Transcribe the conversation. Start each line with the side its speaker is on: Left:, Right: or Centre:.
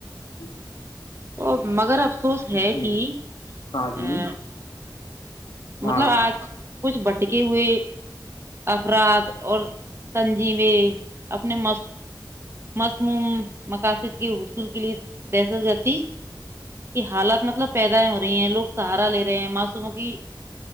Left: <unintelligible>
Right: وہ مگر اب مفسوس ہے
Left: جی
Right: کہ
Left: ہاں
Right: ا
Left: جی ہاں
Right: مطلب آج کچھ بٹکے ہوئے افراد اور تنظیمیں اپنے مصموم مقاصد کے حصول کے لیے دہشت گردی کی حالات مطلب پیدائ ہو رہی ہیں لوگ سہارا لے رہے ہیں معصوموں کی